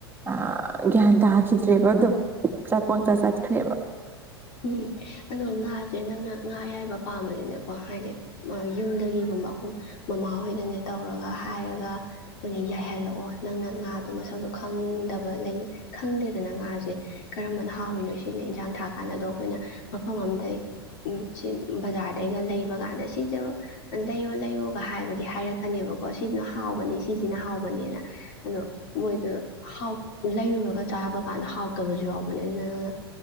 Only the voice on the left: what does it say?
ꯎꯝ ꯑꯗꯣ ꯉꯥꯁꯦ ꯅꯪꯅ ꯉꯥ ꯑ ꯌꯥꯏꯕ ꯄꯥꯝꯕꯕꯁꯤꯅꯀꯣ ꯍꯥꯏꯗꯤ ꯌꯨꯝꯗꯒꯤꯒꯨꯝꯕ ꯑꯩꯈꯨꯝ ꯃꯃꯥꯍꯣꯏꯗꯅꯦ ꯇꯧꯔꯒ ꯍꯥꯏꯔꯒ ꯑꯩꯣꯏ ꯑꯣꯏꯅ ꯌꯥꯏꯍꯜꯂꯛꯑꯣ ꯅꯪꯅ ꯉꯥꯗꯣ ꯃꯁꯛꯗꯣ ꯈꯪꯗꯕ ꯂꯩ ꯈꯪꯗꯦꯗꯅ ꯉꯥꯁꯦ ꯀꯔꯝꯕꯅ ꯍꯥꯎꯔꯤꯅꯣ ꯁꯤꯅ ꯏꯟꯁꯥꯡ ꯊꯥꯛ ꯀꯥꯟꯗ ꯑꯗꯣ ꯑꯩꯈꯣꯏꯅ ꯃꯐꯝ ꯑꯝꯗꯒꯤꯩ ꯎꯝ ꯁꯤ ꯕꯖꯥꯔꯗꯩꯒ ꯂꯩꯕ ꯀꯥꯟꯗ ꯁꯤꯁꯨ ꯂꯩꯌꯣ ꯂꯩꯌꯣꯒ ꯍꯥꯏꯕꯗꯤ ꯍꯥꯏꯔꯛꯀꯅꯦꯕꯀꯣ ꯁꯤꯁꯤꯅ ꯍꯥꯎꯕꯅꯦ ꯁꯤꯁꯤꯅ ꯍꯥꯎꯕꯅꯦꯅ ꯑꯗꯣ ꯃꯣꯏꯗꯣꯥꯎ ꯂꯩꯔꯨꯔꯒ ꯆꯥꯕ ꯀꯥꯟꯗ ꯍꯥꯎꯇꯕꯁꯨ ꯍꯥꯎꯕꯅꯦ ꯑꯗꯨꯅ ꯑꯗꯨꯅ